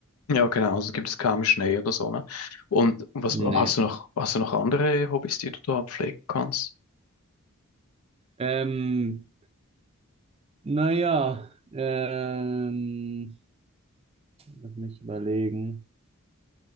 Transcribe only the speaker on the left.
Ja, genau. Also gibt es kaum Schnee oder so, ne? Und was
hast du noch, hast du noch andere Hobbys, die du da pflegen kannst?